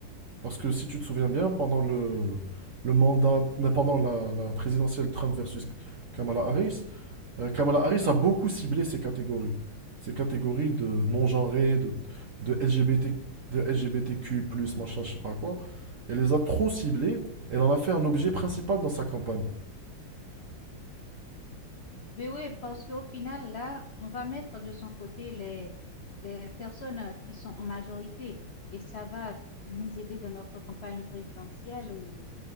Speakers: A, on the right; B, on the left.
A: Parce que si tu te souviens bien, pendant le, le mandat, non, pendant la, la présidentielle Trump versus Kamala Harris, euh, Kamala Harris a beaucoup ciblé ces catégories. Ces catégories de non-genrés, de, de LGBT, de LGBTQ+, machin, je sais pas quoi. Elle les a trop ciblées. Elle en a fait un objet principal dans sa campagne.
B: Mais oui, parce qu'au final, là, on va mettre de son côté les, les personnes euh, qui sont en majorité et ça va nous aider dans notre campagne présidentielle où